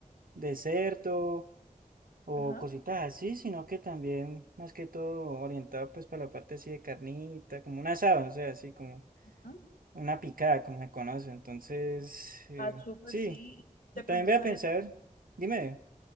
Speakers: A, on the right; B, on the left.
A: de cerdo o
B: Ajá.
A: cositas así, sino que también más que todo orientado pues para la parte así de carnita, como un asado, o sea, así como
B: Ah,
A: una picada, como se conoce. Entonces, eh,
B: ah, súper,
A: sí,
B: sí. De pronto
A: también voy
B: sale,
A: a pensar, dime,